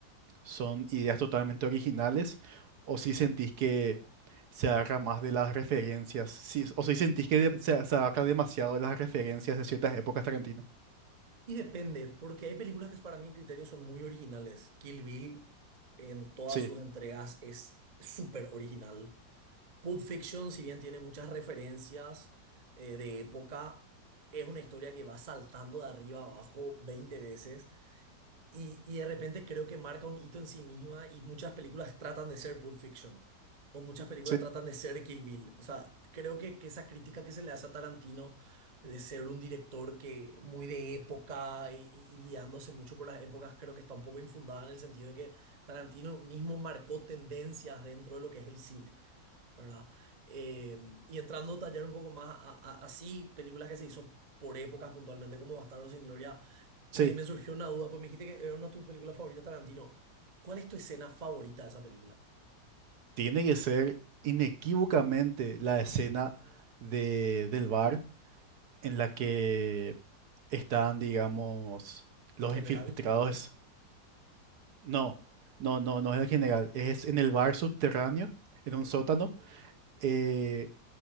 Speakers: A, on the right; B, on the right.
A: son ideas totalmente originales o si sentís que se agarra más de las referencias, si- o si sentís que de- se, se agarra demasiado de las referencias de ciertas épocas Tarantino.
B: Y depende, porque hay películas que para mi criterio son muy originales. Kill Bill en todas
A: Sí,
B: sus entregas es súper original. Pulp Fiction, si bien tiene muchas referencias eh, de época, es una historia que va saltando de arriba a abajo 20 veces. Y, y de repente creo que marca un hito en sí misma y muchas películas tratan de ser Pulp Fiction o muchas películas
A: sí,
B: tratan de ser Kill Bill. O sea, creo que, que esa crítica que se le hace a Tarantino de ser un director que muy de época y, y y guiándose mucho por las épocas, creo que está un poco infundada en el sentido de que Tarantino mismo marcó tendencias dentro de lo que es el cine. ¿verdad? Eh, y entrando a tallar un poco más a, a- así, películas que se hizo por épocas puntualmente, como Bastardos sin Gloria, me,
A: sí.
B: me surgió una duda, pues me dijiste que era una de tus películas favoritas, Tarantino. ¿Cuál es tu escena favorita de esa película?
A: Tiene que ser inequívocamente la escena de, del bar en la que están, digamos, los
B: El general
A: infiltrados. No, no, no, no es el general, es en el bar subterráneo, en un sótano eh,